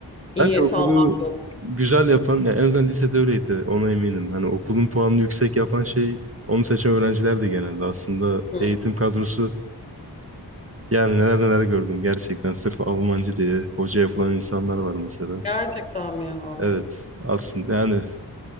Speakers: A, on the left; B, on the right.
A: iyi,
B: Bence okulu
A: sağlam bir okul.
B: güzel yapan, ya en azından lisede öyleydi, ona eminim. Hani okulun puanını yüksek yapan şey onu seçen öğrencilerdi genelde. Aslında
A: Hı.
B: eğitim kadrosu yani neler neler gördüm gerçekten. Sırf Almancı diye hoca yapılan insanlar var mesela.
A: Gerçekten mi ya?
B: Evet aslında yani